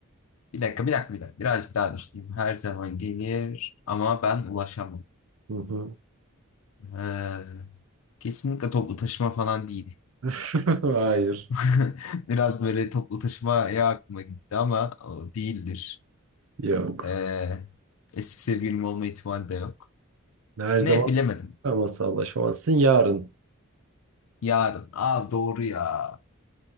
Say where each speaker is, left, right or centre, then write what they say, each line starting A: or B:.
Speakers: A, on the left; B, on the right.
A: bir dakika bir dakika bir dakika. Birazcık daha düşüneyim. Her zaman gelir ama ben ulaşamam.
B: Hı hı.
A: Ee, kesinlikle toplu taşıma falan değil.
B: <laughs> Hayır.
A: <laughs> Biraz böyle toplu taşımaya aklıma gitti ama o değildir.
B: Yok.
A: Ee, eski sevgilim olma ihtimali de yok.
B: Her
A: Ne
B: zaman
A: bilemedim.
B: ulaşamazsın, ulaşamazsın. Yarın.
A: Yarın. Aa doğru ya.